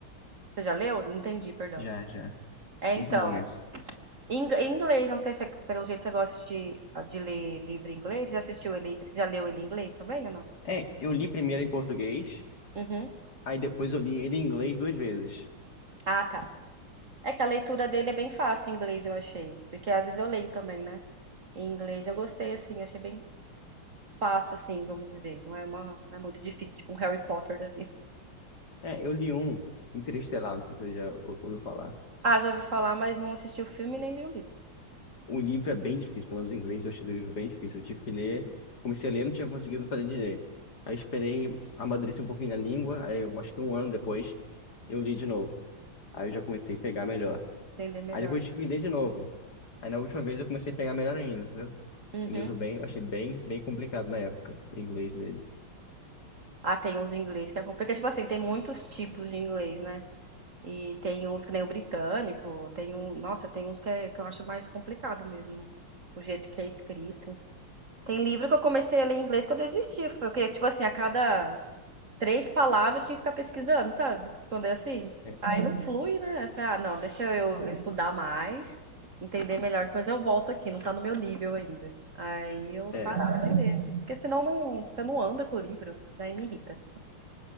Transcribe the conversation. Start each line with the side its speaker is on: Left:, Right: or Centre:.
Right: Você já leu? Não entendi, perdão.
Left: já, já.
Right: É,
Left: Muito
Right: então.
Left: bom esse.
Right: Em ing- em inglês, eu não sei se, você- pelo jeito você gosta de, de ler livro em inglês. Você já assistiu ele, você já leu ele em inglês também ou não?
Left: É, eu li primeiro em português,
Right: Uhum.
Left: aí depois eu li ele em inglês duas vezes.
Right: Ah, tá. É que a leitura dele é bem fácil em inglês, eu achei. Porque às vezes eu leio também, né? Em inglês eu gostei, assim, eu achei bem fácil, assim, vamos dizer. Não é uma, não é muito difícil, tipo um Harry Potter da vida.
Left: É, eu li um Interestelar, não sei se você já ou- ouviu falar.
Right: Ah, já ouvi falar, mas não assisti o filme nem li o livro.
Left: O livro é bem difícil, pelo menos o inglês eu achei o livro bem difícil. Eu tive que ler, comecei a ler, não tinha conseguido fazer direito. Aí esperei amadurecer um pouquinho na língua, aí eu acho que um ano depois eu li de novo. Aí eu já comecei a pegar melhor.
Right: Entender melhor.
Left: Aí depois eu tive que ler de novo. Aí na última vez eu comecei a pegar melhor ainda, entendeu?
Right: Uhum.
Left: O livro bem, eu achei bem, bem complicado na época, o inglês dele.
Right: Ah, tem uns inglês que é complicado. Porque, tipo assim, tem muitos tipos de inglês, né? E tem uns que nem o britânico, tem um. Nossa, tem uns que, é- que eu acho mais complicado mesmo. O jeito que é escrito. Tem livro que eu comecei a ler em inglês que eu desisti. Foi que, tipo assim, a cada três palavras eu tinha que ficar pesquisando, sabe? Quando é assim.
Left: É,
Right: Aí não flui, né? Eu falei, Ah, não, deixa eu estudar mais, entender melhor, depois eu volto aqui, não tá no meu nível ainda. Aí eu
Left: é,
Right: parava
Left: é,
Right: de ler. Porque senão não, você não anda com o livro, daí me irrita.